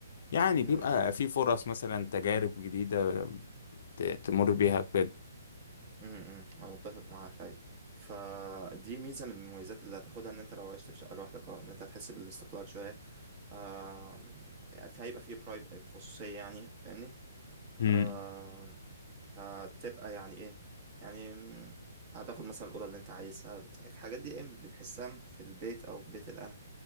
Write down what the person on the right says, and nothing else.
مم،
مم،
امم امم. انا متفق معاك ايوه فدي ميزه من المميزات اللي هتاخدها ان انت لو عشت في شقه لوحدك اه ان انت هتحس بالاستقلال شويه آم، في هيبقى فيه برايف خصوصيه يعني فاهمني
آم، هتبقى يعني ايه يعني مم، هتاخد مثلا الاوضه اللي انت عايزها الحاجات دي ايه بنحسها في البيت او في بيت الاهل